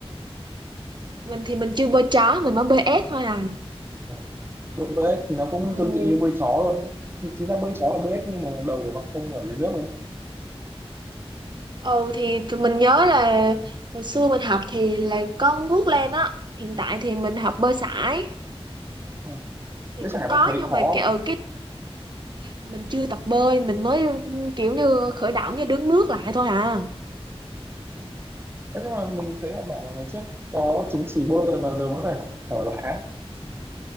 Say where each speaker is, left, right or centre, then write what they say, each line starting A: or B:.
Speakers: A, on the right; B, on the right.
A: mình thì mình chưa bơi chó mình mới bơi ép thôi à
B: Ờ. bơi, bơi ếch thì nó cũng
A: ừ
B: tương tự như bơi chó thôi thì thực ra bơi chó là bơi ếch nhưng mà đầu của bạn không ở dưới nước thôi
A: ừ thì, thì mình nhớ là hồi xưa mình học thì là có nước lên á hiện tại thì mình học bơi sải
B: Ờ.
A: thì
B: với chả
A: cũng
B: bạn
A: có
B: thấy
A: nhưng
B: khó
A: mà cái
B: không?
A: ừ, cái mình chưa tập bơi mình mới kiểu như khởi động như đứng nước lại thôi à
B: Thế nhưng mà mình thấy là bạn là ngày trước có chứng chỉ bơi rồi mà giờ vẫn phải học thở lại á.